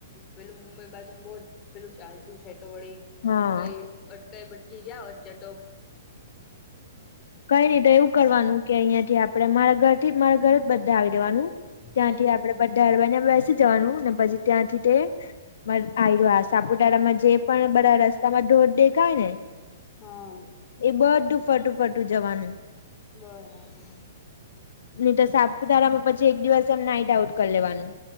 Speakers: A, on the left; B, on the left.
A: પેલું મુંબઈ બાજન બહ જ પેલું ચાલતું છે તો વળી
B: હા
A: કઈ અટકાઈ બટકી ગયા વચ્ચે તો
B: કઈ નહી તો એવું કરવાનું કે અહિયાં થી આપડે મારા ઘર થી જ મારા ઘરે જ બધા આવી જેવાનું
A: હમ
B: ત્યાંથી આપડે
A: હમ
B: બધા
A: હમ
B: અરવા બેસી જવાનું ને પછી ત્યાંથી તે આ્યો સાપુતારામાં જે પણ બરાા રસ્તા માં ઢોર દેખાય ને
A: હા
B: એ બધું ફટું ફટું જવાનું
A: બરાબર
B: નહી તો સાપુતારામાં પછી એક દિવસ એમ નાઈટ આઉટ કરી લેવાનું